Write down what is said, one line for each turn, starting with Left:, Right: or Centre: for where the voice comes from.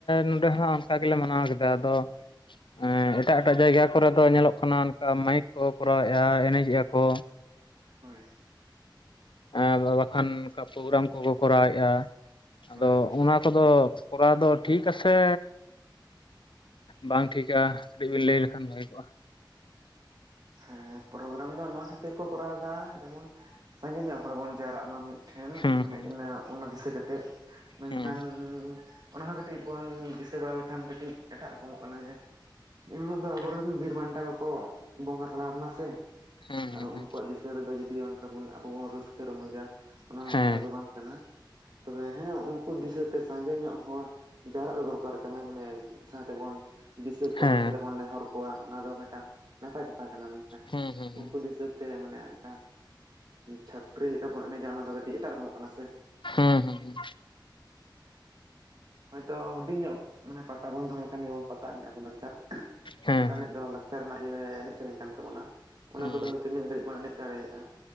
Left: ᱱᱚᱰᱮ ᱦᱜ ᱚᱱᱠᱟ ᱜᱮᱞᱮ ᱢᱟᱱᱟᱣ ᱠᱮᱫᱟ ᱟᱫᱚ ᱮᱸᱜᱼᱼ ᱮᱴᱟᱜ ᱮᱴᱟᱜ ᱡᱟᱭᱜᱟ ᱠᱚᱨᱮ ᱫᱚ ᱧᱮᱞᱚᱜ ᱠᱟᱱᱟ ᱚᱱᱠᱟ ᱢᱟᱭᱤᱠ ᱠᱚ ᱠᱚᱨᱟᱣᱮᱜᱼᱟ ᱮᱱᱮᱡᱮᱜᱼᱟ ᱠᱚ,
Right: ᱦᱳᱭ
Left: ᱟᱨ ᱵᱟᱠᱷᱟᱱ ᱚᱱᱠᱟ ᱯᱨᱳᱜᱨᱟᱢ ᱠᱚᱠᱚ ᱠᱚᱨᱟᱣᱮᱜᱼᱟ ᱟᱫᱚ
Right: ᱦᱳᱭ
Left: ᱚᱱᱟ ᱠᱚᱫᱚ ᱠᱚᱨᱟᱣ ᱫᱚ ᱴᱷᱤᱠ ᱟᱥᱮ ᱵᱟᱝ? ᱴᱷᱤᱠᱟ ᱠᱟᱹᱴᱤᱡ ᱵᱤᱱ ᱞᱟᱹᱭ ᱞᱮᱠᱷᱟᱱ ᱵᱷᱟᱜᱮ ᱠᱚᱜᱼᱟ?
Right: ᱦᱮᱸ ᱯᱨᱳᱜᱨᱟᱢ ᱫᱚ ᱱᱚᱣᱟ ᱠᱷᱟᱹᱛᱤᱨ ᱠᱚ ᱠᱚᱨᱟᱣ ᱫᱟ ᱡᱮᱢᱚᱱᱼᱼ ᱥᱟᱸᱜᱮ ᱧᱚᱜ ᱦᱚᱲ ᱵᱚᱱ ᱡᱟᱣᱨᱟᱜ ᱢᱟ ᱢᱤᱫᱴᱷᱮᱱ
Left: ᱦᱩᱸ
Right: ᱢᱟᱱᱮ
Left: ᱦᱩᱸ
Right: ᱤᱱᱟᱹ ᱚᱱᱟ ᱫᱤᱥᱟᱹ ᱠᱟᱛᱮᱜᱼᱼ ᱢᱮᱱ
Left: ᱦᱩᱸ
Right: ᱠᱷᱟᱱᱻ ᱚᱱᱟ ᱦᱚᱸ ᱠᱟᱹᱴᱤᱡ ᱵᱚᱱ ᱫᱤᱥᱟᱹ ᱵᱟᱲᱟ ᱞᱮᱠᱷᱟᱱ ᱠᱟᱹᱴᱤᱡ ᱮᱴᱟᱜ ᱨᱚᱠᱚᱢᱚᱜ ᱠᱟᱱᱟ ᱡᱮᱼᱼ ᱮᱱ ᱦᱤᱞᱳᱜ ᱫᱚ ᱟᱵᱚᱨᱮᱱ ᱵᱤᱨ ᱵᱟᱱᱴᱟ ᱠᱚᱠᱚ ᱵᱚᱸᱜᱟ ᱛᱟᱞᱟ ᱞᱮᱱᱟ ᱥᱮ
Left: ᱦᱩᱸ ᱦᱩᱸ
Right: ᱟᱨ
Left: ᱦᱩᱸ
Right: ᱩᱱᱠᱩᱣᱟᱜ ᱫᱤᱼᱼ <unintelligible> ᱨᱮᱫᱚ ᱡᱩᱫᱤ ᱚᱱ ᱠᱟᱵᱚᱱ ᱟᱵᱚ ᱵᱚᱱ ᱨᱟᱹᱥᱠᱟᱹ ᱨᱚᱢᱚᱡᱟ ᱚᱱᱟ ᱦᱚᱸ
Left: ᱦᱮᱸ
Right: ᱠᱟᱛᱷᱟ ᱫᱚ ᱵᱟᱝ ᱠᱟᱱᱟ ᱛᱚᱵᱮ ᱦᱮᱸ ᱩᱱᱠᱩ ᱫᱤᱥᱟᱹᱼᱼ ᱛᱮ ᱥᱟᱸᱜᱮ ᱧᱚᱜ ᱦᱚᱲ ᱡᱟᱣᱨᱟᱜ ᱫᱚᱨᱠᱟᱨ ᱠᱟᱱᱟ ᱢᱟᱱᱮ ᱢᱤᱫ ᱥᱟᱶ ᱛᱮᱵᱚᱱ ᱫᱤᱥᱟᱹ ᱠᱚᱣᱟ
Left: ᱦᱮᱸ
Right: ᱢᱮᱥᱟ ᱛᱮᱵᱚᱱ ᱱᱮᱦᱚᱨ ᱠᱚᱣᱟ ᱚᱱᱟ ᱫᱚ ᱢᱤᱜᱴᱟᱝᱼᱼ ᱱᱟᱯᱟᱭ ᱠᱟᱛᱷᱟ ᱠᱟᱱᱟ ᱢᱮᱱᱠᱷᱟᱱ
Left: ᱦᱩᱸ ᱦᱩᱸ ᱦᱩᱸ
Right: ᱩᱱᱠᱩ ᱫᱤᱥᱟᱹ ᱛᱮ ᱢᱟᱱᱮ ᱚᱱᱠᱟ ᱪᱷᱟᱹᱯᱨᱤ ᱞᱮᱠᱟ ᱵᱚᱱ ᱮᱱᱮᱡᱟ ᱚᱱᱟ ᱫᱚ ᱠᱟᱹᱴᱤᱡ ᱮᱴᱟᱜ ᱨᱚᱠᱚᱢᱚᱜ ᱠᱟᱱᱟ ᱥᱮ᱾
Left: ᱦᱩᱸ ᱦᱩᱸ ᱦᱩᱸ᱾
Right: ᱦᱳᱭᱛᱚ ᱦᱩᱰᱤᱧ ᱧᱚᱜ ᱢᱟᱱᱮ ᱯᱟᱛᱟ ᱵᱚᱱ ᱫᱚᱦᱚ ᱞᱮᱠᱷᱟᱱ ᱡᱮᱢᱚᱱ ᱯᱟᱛᱟ ᱮᱱᱮᱡ ᱟᱵᱚᱱᱼᱼ <unintelligible>
Left: ᱦᱮᱸ
Right: ᱯᱟᱛᱟ
Left: ᱦᱮᱸ
Right: ᱮᱱᱮᱡ ᱫᱚ ᱞᱟᱠᱪᱟᱨ ᱨᱮᱱᱟᱜ ᱤᱭᱟᱹ ᱮᱱᱮᱡ ᱥᱮᱨᱮᱧ ᱠᱟᱱ ᱛᱟᱵᱚᱱᱟ ᱚᱱᱟ
Left: ᱦᱩᱸ
Right: ᱠᱚᱫᱚ ᱦᱳᱭᱛᱳ ᱢᱤᱫ ᱜᱷᱟᱹᱲᱤᱡ ᱵᱚᱱ ᱮᱱᱮᱡ ᱫᱟᱲᱮᱭᱟᱜ-ᱟ᱾